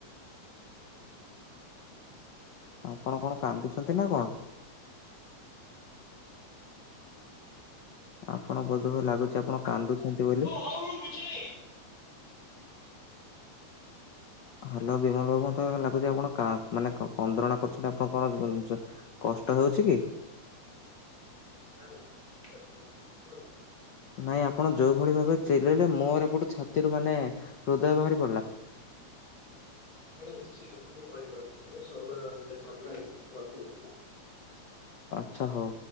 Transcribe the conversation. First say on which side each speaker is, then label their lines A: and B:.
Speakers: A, on the left; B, on the left.
A: ଆପଣ କଣ କାନ୍ଦୁଛନ୍ତି ନା କଣ? ଆପଣ ବୋଧହୁଏ ଲାଗୁଛି ଆପଣ କାନ୍ଦୁଛନ୍ତି ବୋଲି।
B: ହଉ ମୁଁ ବୁଝିଲି।
A: ହାଲୋ ବିମଲ ବାବୁ ମତେ ଲାଗୁଚି ଆପଣ କାଁ ମାନେ କ କନ୍ଦ୍ରଣା କରୁଛନ୍ତି ଆପଣ କଣ ଜ କଷ୍ଟ ହେଉଛି କି?
B: ନାଇଁ କିଛି କଷ୍ଟ ହଉନି। କୁହନ୍ତୁ।
A: ନାଇଁ ଆପଣ ଯୋଉଭଳି ଭାବେ ଚିଲେଇଲେ ମୋର ଏପଟୁ ଛାତିରୁ ମାନେ ହୃଦୟ ବାହାରି ପଡିଲା।
B: ଛାଡନ୍ତୁ ସେ କଥା ମୁଁ କହିବି ଆପଣଙ୍କୁ ସମୟ <unintelligible> ରଖନ୍ତୁ।
A: ଆଚ୍ଛା ହଉ।